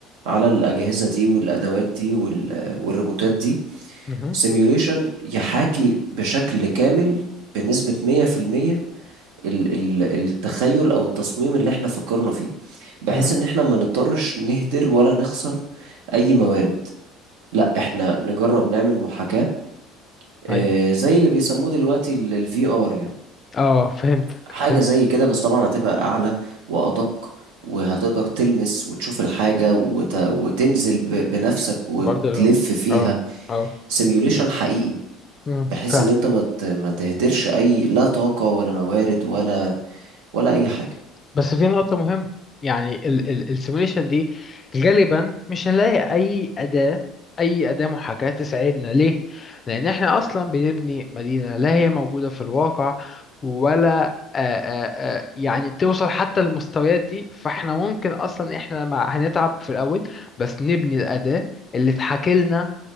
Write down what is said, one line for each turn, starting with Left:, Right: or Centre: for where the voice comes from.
Right: على الأجهزة دي والأدوات دي وال- والروبوتات دي
Left: مهم،
Right: سيميوليشن يحاكي بشكل كامل بنسبة 100% ال- ال- التخيل أو التصميم اللي احنا فكرنا فيه بحيث
Left: مهم.
Right: إن احنا ما نضطرش نهدر ولا نخسر أي موارد لا احنا نجرب نعمل محاكاة
Left: ايوه
Right: آه، زي اللي بيسموه دلوقتي الفي ار يعني
Left: اه فهمتك
Right: حاجة
Left: فهم
Right: زي كده بس طبعا هتبقى أعلى وأدق وهتقدر تلمس وتشوف الحاجة وت... وتنزل ب... بنفسك وتلف
Left: برضه لو
Right: فيها
Left: اه اه
Right: سيميوليشن حقيقي
Left: مهم،
Right: بحيث
Left: فاهم
Right: ان انت ما ت- ما تهدرش اي لا طاقة ولا موارد ولا ولا اي حاجة
Left: بس في نقطة مهمة يعني السيموليشن دي غالبا مش هنلاقي أي أداة أي أداة محاكاة تساعدنا ليه؟ لأن إحنا أصلا بنبني مدينة لا هي موجودة في الواقع ولا آآ آآ يعني توصل حتى للمستويات دي فإحنا ممكن أصلا إحنا مع هنتعب في الأول بس نبني الأداة اللي تحاكي لنا